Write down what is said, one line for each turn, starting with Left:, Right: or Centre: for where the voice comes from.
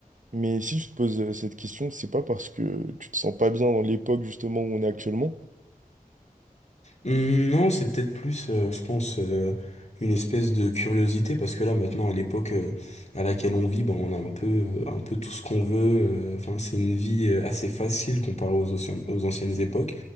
Right: Mais si tu te poses euh, cette question, c'est pas parce que tu te sens pas bien dans l'époque justement où on est actuellement.
Left: Hum, Non, c'est peut-être plus, euh, je pense, euh, une espèce de curiosité, parce que là, maintenant, à l'époque euh, à laquelle on vit, ben, on a un peu, euh, un peu tout ce qu'on veut. euh, Enfin, c'est une vie euh, assez facile comparée aux, anciens- aux anciennes époques.